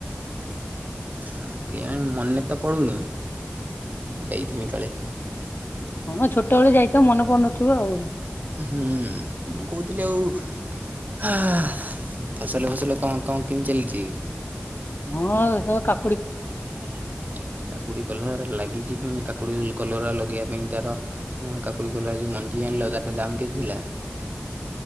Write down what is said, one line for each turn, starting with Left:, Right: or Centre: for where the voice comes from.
Right: ଆ, କେଆଣି ମନେ ତ ପଡ଼ୁନି ଯାଇଥିମି କାଳେ।
Left: ହଁ ମୋ ଛୋଟବେଳେ ଯାଇଥିବ ମନେ ପଡୁନଥିବ ଆଉ।
Right: ହୁଁ ମୁଁ କଉଥିଲି ଆଉ ହଁ ଫସଲ ଫସଲ କଣ କଣ କେମିତି ଚାଲିଚି?
Left: କଣ ସେ କାକ
Right: କାକୁଡି, କଲରା ଲାଗିଚି ଆଉ। କାକୁଡ଼ି, କଲର ଲାଗିଛି, ପୁଣି କାକୁଡ଼ି, କଲରା ଲଗେଇବା ପାଇଁ ତାର ହଁ କାକୁଡି, କଲରା ଯୋଉ ମଞ୍ଜି ଆଣିଲେ ତାର ଟା ଦାମ୍ କେତେ ଥିଲା?